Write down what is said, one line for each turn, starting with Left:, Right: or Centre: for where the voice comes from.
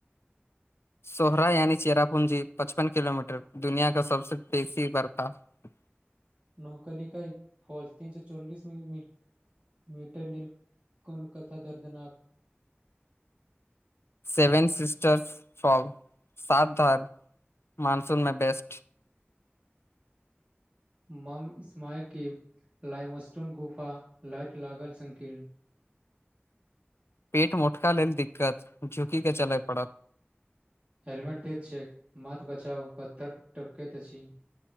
Left: सोहरा यानि चेरापुंजी पचपन किलोमीटर दुनिया क सबस बेसी बरका <inaudible>
Right: नौकल कइ फॉल्स तीन सए चोलस <unintelligible> मीटर नील कुन कथा दर्दनााक
Left: सेभन सिस्टारस फर सात धार मानसूनमे बेस्ट
Right: <unintelligible> लामस्टोन गुफा लाट लागल संकीर्ण
Left: पेट मोटका लेल दिक्कत झुकीक के चलय पड़त
Right: हेलमेट दैत छै मत बचााव पत्थर टपकै छी